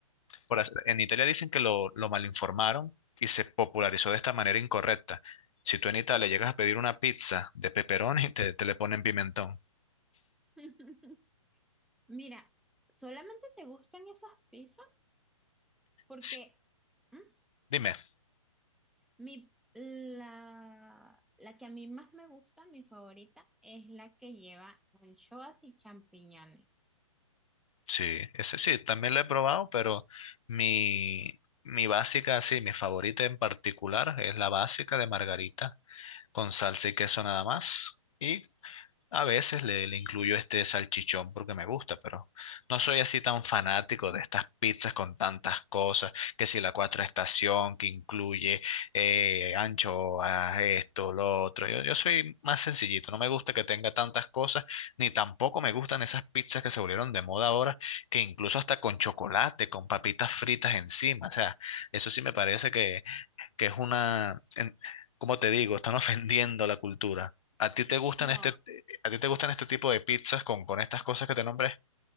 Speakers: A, on the left (about 65°); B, in the centre.
A: por hacer- en Italia dicen que lo, lo malinformaron y se popularizó de esta manera incorrecta. Si tú en Italia llegas a pedir una pizza de pepperoni, te, te le ponen pimentón.
B: <laughs> Mira, ¿solamente te gustan esas pizzas? Porque...
A: S-
B: mm,
A: Dime,
B: Mi, la, la que a mí más me gusta, mi favorita, es la que lleva anchoas y champiñones.
A: Sí, ese sí, también lo he probado, pero mi, mi básica, sí, mi favorita en particular es la básica de margarita, con salsa y queso nada más. Y a veces le, le incluyo este salchichón porque me gusta, pero no soy así tan fanático de estas pizzas con tantas cosas, que si la cuatro estación que incluye eh, anchoas, esto, lo otro. Yo, yo soy más sencillito, no me gusta que tenga tantas cosas, ni tampoco me gustan esas pizzas que se volvieron de moda ahora, que incluso hasta con chocolate, con papitas fritas encima. O sea, eso sí me parece que, que es una, en- como te digo, están <laughs> ofendiendo la cultura. ¿A ti te gustan
B: No,
A: este, a ti te gustan este tipo de pizzas con, con estas cosas que te nombré?